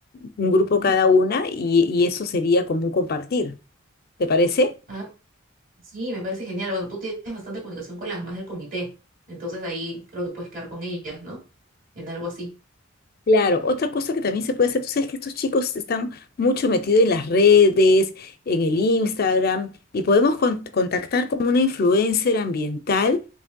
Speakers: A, on the left; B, on the right.
A: un grupo
B: Ujú.
A: cada una, y, y eso sería como un compartir. ¿Te parece?
B: Ah, Sí, me parece genial. Bueno, tú tienes bastante comunicación con las más del comité, entonces ahí creo que puedes quedar con ellas, ¿no? En algo así.
A: Claro, otra cosa que también se puede hacer, tú sabes que estos chicos están mucho metidos en las redes, en el Instagram, y podemos con- contactar con una influencer ambiental,